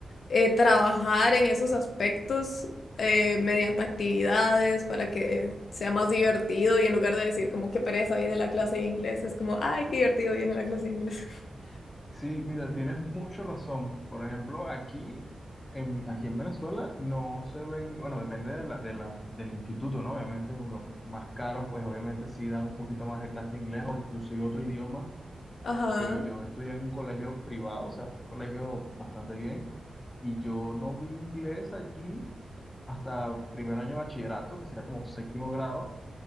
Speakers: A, on the left; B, on the left.
A: eh, trabajar en esos aspectos eh, mediante actividades para que sea más divertido y en lugar de decir como qué pereza viene la clase de inglés, es como, ay, qué divertido viene la clase de inglés. <laughs>
B: Sí, mira, tienes mucha razón. Por ejemplo, aquí en, aquí en Venezuela no se ven, bueno, depende de la, de la, del instituto, ¿no? Obviamente los más caros, pues obviamente sí dan un poquito más de clase de inglés o inclusive otro idioma,
A: Ajá,
B: pero yo estudié en un colegio privado, o sea, era un colegio bastante bien, y yo no vi inglés allí hasta primer año de bachillerato, que sería como séptimo grado,